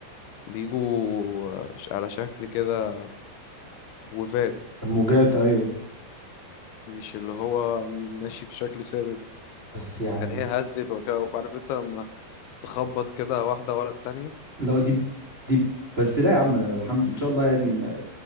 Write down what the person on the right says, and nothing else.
الموجات أيوه
بس يعني
لا دي دي بس لا يا عم الحمد ان شاء الله يعني ما-